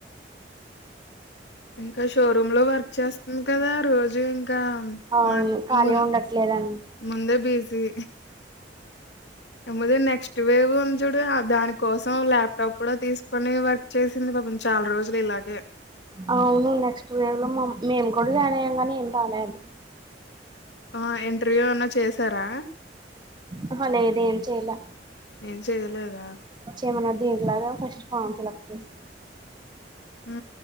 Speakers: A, on the left; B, on the right.
A: ఇంకా షోరూమ్ లో వర్క్ చేస్తుంది కదా రోజు కా
B: అవును
A: మార్
B: ఖాళీ
A: ము
B: ఉండట్లేదండి
A: ముందే బీజీ ఎముది నెక్స్ట్ వేవ్ ఉంది చూడు దాని కోసం, ల్యాప్టాప్ కూడా తీసుకొని వర్క్ చేసింది. పాపం చాలా రోజులు ఇలాగే
B: అవును నెక్స్ట్ వేవ్ లో మేము కూడా జాయిన్ అయ్యాం కానీ ఏం రాలే అద్
A: ఆ ఇంటర్వ్యూ ఏన్నా చేసారా
B: అహా లేదు ఏం చేయలా
A: ఏం చేయలేదా
B: ఏమన్నా దీన్ని లాగా ఫస్ట్ ఫామ్ సెలెక్ట్ చేస్
A: హు